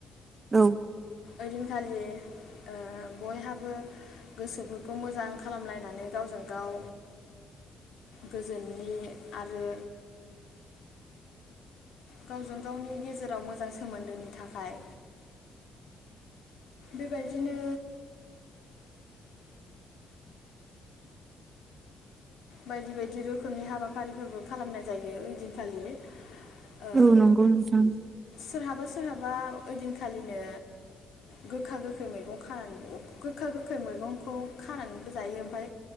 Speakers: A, on the right; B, on the left.
A: औ
B: ओदिनखालि ओ बयहाबो गोसोफोरखौ मोजां खालामलायनानै गावजों गाव गोजोननि आरो गावजों गावनि गेजेराव मोजां सोमोन्दोनि थाखाय बेबायदिनो बायदि बायदि रोखोमनि हाबाफारिफोरबो खालामनाय जायो ओइदिनखालि। ओ
A: औ नंगौ नोंथां।
B: सोरहाबा सोरहाबा ओइदिनखालिनो गोखा गोखै मैगं खानानै गोखा गोखै मैगंखौ खानानैबो जायो। ओमफाय